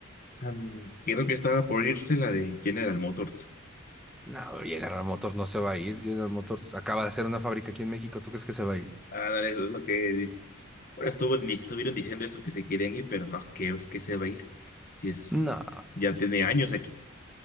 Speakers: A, on the left; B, in the centre.
A: Ah, no, Creo que estaba por irse la de General Motors.
B: No, General Motors no se va a ir, General Motors acaba de hacer una fábrica aquí en México, ¿tú crees que se va a ir?
A: Ándale, eso es lo que. di- Bueno, estuvo, di- estuvieron diciendo eso que se querían ir, pero no, que es que se va a ir. Si es.
B: No,
A: Ya tiene años aquí.